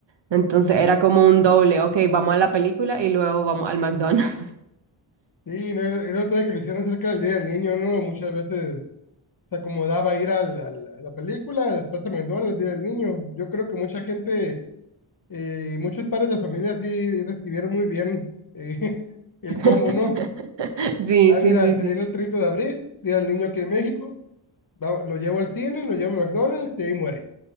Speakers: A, on the right; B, on the left.
A: Entonces era como un doble, ok, vamos a la película y luego vamos al McDonald's.
B: Sí, no, el otro de que lo hicieron cerca del Día del Niño, ¿no? Muchas veces se acomodaba ir al- al- a la película, después se mandó al Día del Niño. Yo creo que mucha gente eh, muchos padres de familia sí recibieron muy bien eh, <laughs> el
A: <laughs>
B: combo, ¿no?
A: Sí,
B: Ah,
A: sí,
B: mira,
A: sí,
B: se
A: sí.
B: viene el 30 de abril, Día del Niño aquí en México. da- lo llevo al cine, lo llevo a McDonald's y ahí muere.